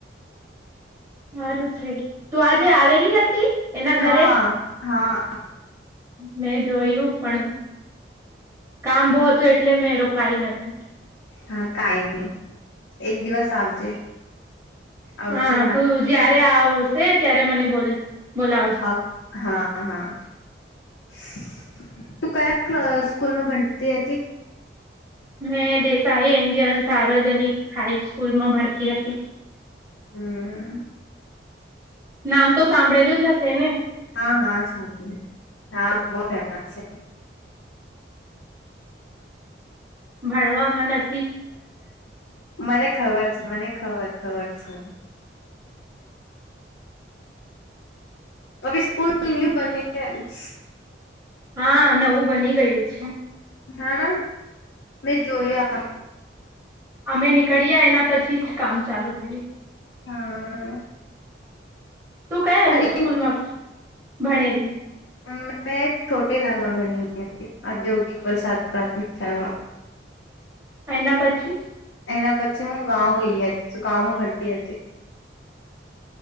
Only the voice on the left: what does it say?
હા હા
હા, કાઈ નહી એક દિવસ આવજે. આવજે
માર
અ હા હા <inaudible> તું કયા અ સ્કૂલમાં ભણતી હતી.
હમ્મ.
હા, હા, સાંભળેલું હા, બહુ ફેમસ છે. <inaudible>
મને ખબર છે, મને ખબર ખબર છે. નવી સ્કૂલનો નિયમ બનસે
ના, ના. મેં જોયા.
હા.
અને
અમ્મ મેં છોટે લાલમાં બણી હતી, ઔદ્યોગિક વલસાડ પ્રાથમિક શાળામાં.
એના પછી હું ગાઉ ગેલી હતી શું ગામ ભણતી હતી.